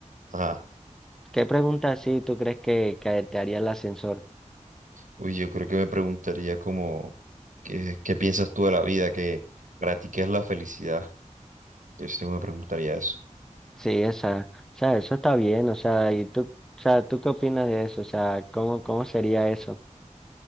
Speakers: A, on the right (about 75°); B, in the centre.
A: Ajá.
B: ¿qué pregunta así tú crees que, que te haría el ascensor?
A: Uy, yo creo que me preguntaría como, ¿qué, qué piensas tú de la vida? que para ti qué es la felicidad? Yo sí me preguntaría eso.
B: Sí, o sea, o sea, eso está bien, o sea, ¿y tú, o sea, tú qué opinas de eso? O sea, ¿cómo, cómo sería eso?